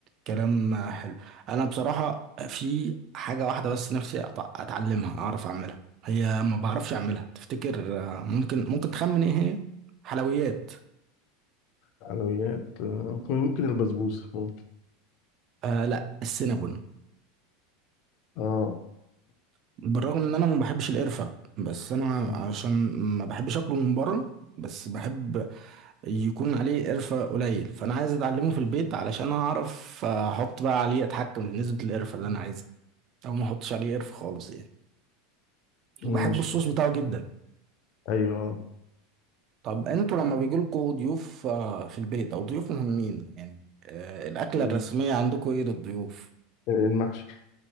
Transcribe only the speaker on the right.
كلام حلو انا بصراحه في حاجه واحده بس نفسي أت- اتعلمها اعرف اعملها هي ما بعرفش اعملها تفتكر آه، ممكن ممكن تخمن ايه هي حلويات
آه لا السينابون
بالرغم ان انا ما بحبش القرفه بس انا
عشان ما بحبش اكله من بره بس بحب يكون عليه قرفه قليل فانا عايز اتعلمه في البيت علشان اعرف آه، احط بقى عليه اتحكم في نسبه القرفه اللي انا عايزها او ما احطش عليه قرفه خالص يعني
وبحب الصوص بتاعه جدا
طب انتوا لما بيجيلكوا ضيوف آه، في البيت او ضيوف مهمين يعني آه، الاكله
الرسميه عندكوا ايه للضيوف